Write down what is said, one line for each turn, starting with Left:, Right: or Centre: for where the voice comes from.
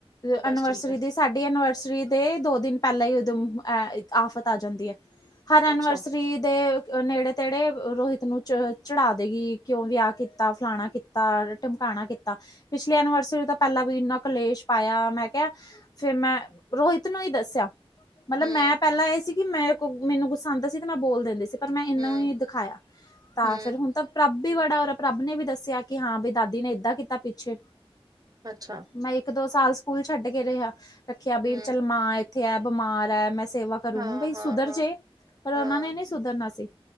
Left: ਐਨੀਵਰਸਰੀ
Right: ਬਸ ਠੀਕ ਹੈ
Left: ਦੇ। ਸਾਡੀ ਐਨੀਵਰਸਰੀ ਦੇ ਦੋ ਦਿਨ ਪਹਿਲਾਂ ਹੀ ਉਦ ਆਫ਼ਤ ਆ ਜਾਂਦੀ ਹੈ ਹਰ ਐਨੀਵਰਸਰੀ।
Right: ਅੱਛਾ
Left: ਰੀ ਦੇ ਨੇੜੇ ਤੇੜੇ ਰੋਹਿਤ ਨੂੰ ਚ ਚੜਾ ਦੇਗੀ ਕਿਉਂ ਵਿਆਹ ਕੀਤਾ ਫਲਾਣਾ। ਕੀਤਾ ਟਮਕਾਣਾ ਕੀਤਾ ਪਿਛਲੀ ਐਨੀਵਰਸਰੀ ਤੋਂ ਪਹਿਲਾਂ ਵੀ ਇੰਨਾ ਕਲੇਸ਼ ਪਾਇਆ ਮੈਂ ਕਿਹਾ। ਫੇਰ ਮੈਂ ਰੋਹਿਤ ਨੂੰ ਹੀ ਦੱਸਿਆ। ਮਤਲਬ
Right: ਹਮ
Left: ਮੈਂ ਪਹਿਲਾਂ ਇਹ ਸੀ ਕਿ ਮੈਂ ਕਿ ਮੈਨੂੰ ਗੁਸਾ ਆ ਉਂਦਾ ਸੀ ਤੇ ਮੈਂ ਬੋਲ ਦਿੰਦੀ ਸੀ ਪਰ ਮੈਂ ਇਹਨੂੰ
Right: ਹਮ
Left: ਹੀ ਦਿਖਾਇਆ ਤਾਂ
Right: ਹਮ
Left: ਫਿਰ ਹੁਣ ਤਾਂ ਪ੍ਰੱਭ ਵੀ ਬੜਾ ਹੋ ਰਿਹਾ ਪ੍ਰੱਭ ਨੇ ਵੀ ਦੱਸਿਆ। ਕਿ ਹਾਂ ਬਈ ਦਾਦੀ ਨੇ ਇਏਦਾਂ ਕੀਤਾ ਪਿੱਛੇ।
Right: ਅੱਛਾ।
Left: ਮੈਂ ਇੱਕ ਦੋ ਸਾਲ ਸਕੂਲ ਛੱਡ ਕੇ ਰਿਹਾ ਰੱਖਿਆ ਬ
Right: ਹਮ
Left: ਚੱਲ ਮਾਂ ਇੱਥੇ ਹੈ ਬਿਮਾਰ ਹੈ ਮੈਂ ਸੇਵਾ। ਕਰੂ
Right: ਹਾਂ
Left: ਬਈ
Right: ਹਾਂ
Left: ਸੁਧਰ
Right: ਹਾਂ
Left: ਜੇ, ਪਰ ਉਹਨਾਂ
Right: ਹਾਂ
Left: ਨੇ ਨੀ ਸੁਧਰਨਾ ਸੀ।